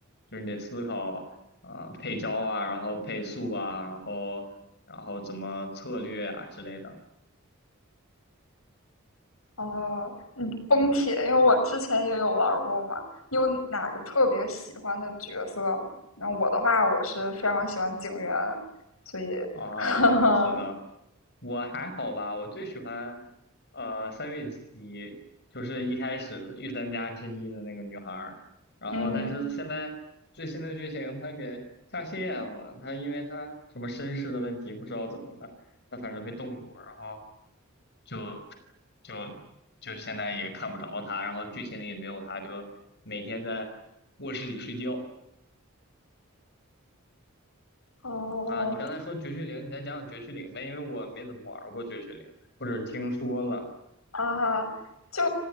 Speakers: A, on the left; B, on the left.
A: 就是你得思考啊，配招啊，然后配速啊，然后然后怎么策略啊之类的。
B: 哦，嗯，崩铁，因为我之前也有玩儿过嘛。你有哪个特别喜欢的角色吗？那我的话，我是非常喜欢警员，所以，
A: 啊，
B: <laughs>
A: 我知道，我还好吧，我最喜欢呃三月起，就是一开始御三家之一的那个女孩儿，然后但是她现在最新的剧情她给下线了，
B: 嗯哼，
A: 她因为她什么身世的问题，不知道怎么的，她反正被冻住了，然后就就就现在也看不着她，然后剧情里也没有她，就每天在卧室里睡觉。
B: 哦，
A: 啊，你刚才说绝区零，你再讲讲绝区零呗，因为我没怎么玩过绝区零，或者听说了
B: 啊，就